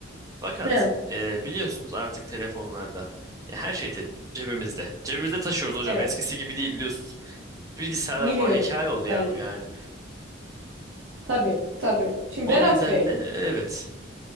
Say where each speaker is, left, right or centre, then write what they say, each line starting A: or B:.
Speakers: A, on the right; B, on the right.
A: Fakat
B: He,
A: e, biliyorsunuz artık telefonlarda ya her şey te- cebimizde. Cebimizde taşıyoruz hocam.
B: Evet.
A: Eskisi gibi değil biliyorsunuz. Bilgisayarlar
B: biliyorum.
A: falan hikaye oldu yahu
B: Belli.
A: yani.
B: Tabii, tabii. Şimdi
A: O
B: Berat
A: nedenle
B: Bey.
A: evet.